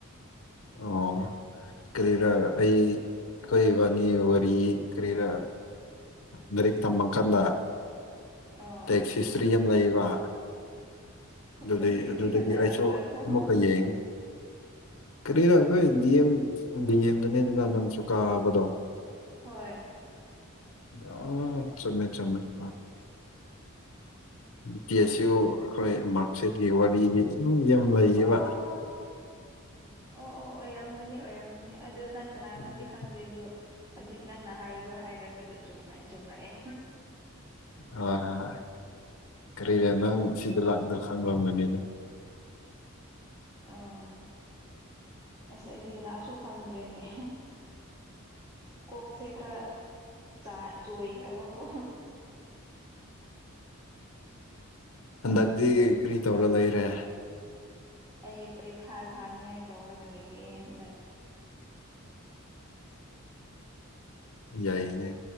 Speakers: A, on the left; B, on the right.
A: ꯑꯣ ꯀꯔꯤꯔ ꯑꯩ ꯑꯩꯈꯣꯏ ꯏꯕꯥꯅꯤ ꯋꯥꯔꯤ ꯀꯔꯤꯔꯥ ꯂꯥꯏꯔꯤꯛ ꯇꯝꯃ ꯀꯥꯟꯗ
B: <unintelligible> ꯑꯣ
A: ꯇꯦꯛꯁꯤ ꯁꯇ꯭ꯔꯤ ꯑꯃ ꯂꯩꯕ ꯑꯗꯨꯩ
B: ꯀꯔꯤ ꯀꯔꯤ
A: ꯑꯗꯨꯗꯒꯤ
B: ꯁꯥꯟꯅꯔꯝꯕ꯭ꯔꯥꯀꯣ
A: ꯑꯩꯁꯨ ꯑꯃꯨꯛꯀ ꯌꯦꯡꯉ ꯀꯔꯤꯅꯣ ꯑꯩꯈꯣꯏ ꯗꯤꯦꯝ ꯗꯤꯦꯝꯗꯅꯦꯗꯅ ꯅꯪ ꯀꯥꯕꯗꯣ
B: ꯍꯣꯏ
A: ꯑꯥ ꯆꯨꯝꯃꯦ ꯆꯨꯝꯃꯦ ꯑ ꯇꯤ ꯑꯦꯁ ꯌꯨ ꯑꯩꯈꯣꯏ ꯃꯥꯔꯛꯁꯤꯠꯀꯤ ꯋꯥꯔꯤꯒꯤ ꯅꯨꯡ ꯌꯥꯝ ꯂꯩꯌꯦꯕ
B: ꯑꯣ ꯑꯣ ꯑꯣ ꯑꯣꯏꯔꯝꯒꯅꯤ ꯑꯣꯏꯔꯝꯒꯅꯤ ꯑꯗꯨ ꯅꯪ ꯀꯅꯥꯅꯣꯗꯤ
A: ꯍꯣꯏ
B: ꯈꯪꯗꯦ ꯑꯗꯨ ꯍꯧꯖꯤꯛ ꯅꯪꯅ ꯍꯥꯏꯕꯗꯣ ꯍꯥꯏꯔꯒ ꯆꯨꯝꯦ ꯆꯨꯝꯔꯛꯑꯦ
A: ꯍ ꯍꯣꯏ ꯍꯣꯏ ꯀꯔꯤꯔ ꯅꯪ ꯁꯤꯗ ꯂꯥꯛꯗ ꯈꯪꯕꯝꯒꯅꯤꯅ
B: ꯑꯣ ꯑꯁ ꯑꯩꯗꯤ ꯀꯅꯥꯁꯨ ꯈꯪꯗ꯭ꯔꯦꯅꯦ ꯀꯣꯛꯁꯦꯈ꯭ꯔ ꯆꯥ ꯆꯍꯤꯈ꯭ꯔꯕ ꯀꯣ
A: ꯍꯟꯗꯛꯇꯤ ꯀꯔꯤ ꯇꯧꯔ ꯂꯩꯔꯦ
B: ꯑꯩ ꯄꯔꯤꯈꯥ ꯊꯥꯅꯤꯉꯥꯏ ꯇꯧꯔꯒ ꯂꯩꯌꯦꯦ ꯍꯟꯗꯛ
A: ꯌꯥꯏꯅꯦ